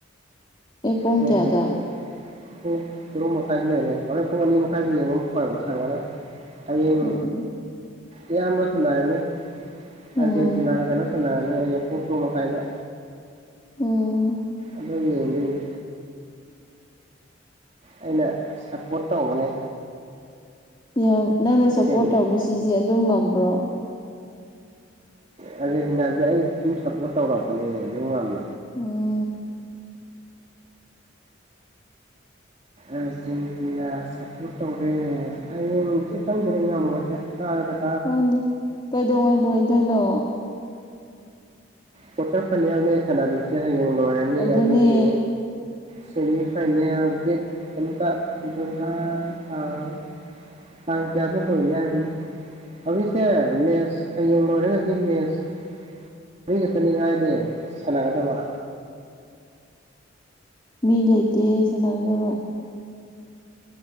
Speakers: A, on the left (about 25°); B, on the right (about 35°).
A: ꯑꯦ ꯄꯨꯡ
B: ꯍꯝ
A: ꯀꯌꯥꯗ
B: ꯍ <unintelligible> ꯄꯨꯡ ꯇꯔꯨꯛ ꯃꯈꯥꯏꯗꯨ <unintelligible> ꯍꯣꯔꯦꯟ ꯄꯨꯡ ꯑꯅꯤ ꯃꯈꯥꯏꯗ ꯌꯦꯡꯕ ꯑꯃ ꯐꯪꯉꯦ <unintelligible> ꯍꯌꯦꯡ
A: ꯎꯝ
B: ꯏꯌꯥꯝꯕ ꯁꯥꯟꯅꯔꯅꯤ
A: ꯎꯝ
B: ꯑꯥꯔꯖꯦꯟꯇꯤꯅꯥꯒ ꯀꯩꯅꯣ ꯁꯅꯔꯅꯤ ꯑꯩꯅ ꯄꯨꯡ ꯈꯔꯨꯛ ꯃꯈꯥꯏꯗ
A: ꯎꯝ
B: ꯑꯗꯨ ꯌꯦꯡꯗꯨꯏꯅꯦ ꯑꯩꯅ ꯁꯞꯄꯣꯔꯠ ꯇꯧꯕꯅꯦ
A: ꯌꯥꯝ ꯅꯪꯅ
B: ꯑꯁꯦꯡꯕꯅꯦ
A: ꯁꯞꯄꯣꯔꯠ ꯇꯧꯕꯁꯤꯡꯁꯦ ꯑꯗꯨꯝ ꯉꯝꯕ꯭ꯔꯣ
B: ꯑꯥꯔꯖꯦꯟꯇꯤꯅꯥꯁꯦ ꯑꯩ ꯁꯨꯝ ꯁꯞꯄꯣꯔꯠ ꯇꯧꯔꯛꯄꯁꯦ ꯑꯗꯨꯝ ꯉꯝꯃꯦ
A: ꯎꯝ
B: ꯑꯖꯦꯟꯇꯤꯅꯥ ꯁꯄꯣꯔꯠ ꯇꯧꯔꯦ ꯍꯌꯦꯡ <unintelligible> ꯈꯪꯗꯦꯅ ꯉꯃꯒꯗꯔ ꯀꯥꯔ
A: <unintelligible> ꯀꯩꯗꯧꯉꯩ ꯂꯣꯏꯗꯣꯏꯅꯣ
B: ꯀꯋꯥꯇꯔ ꯐꯅꯦꯜꯅꯦ ꯁꯅꯥꯔꯤꯁꯦ ꯍꯌꯦꯡ ꯂꯣꯏꯔꯅꯤ
A: ꯑꯗꯨꯅꯦ
B: ꯑꯗꯨꯒꯤ ꯁꯤꯅꯤ ꯐꯥꯏꯅꯦꯜ ꯗꯦꯠ <unintelligible> ꯇꯥꯡ ꯀꯌꯥꯗ ꯂꯣꯏꯅꯤ ꯍꯥꯏꯕꯅꯤ <unintelligible> ꯃꯦꯁ ꯍꯌꯦꯡ ꯂꯣꯏꯔꯦꯒꯗꯤ ꯃꯦꯁ ꯃꯔꯤ ꯈꯇꯔꯅꯤ ꯉꯥꯏꯔꯦ ꯁꯅꯒꯗꯕ
A: ꯃꯤ ꯂꯩꯇꯦ ꯁꯟꯅꯒꯗꯕ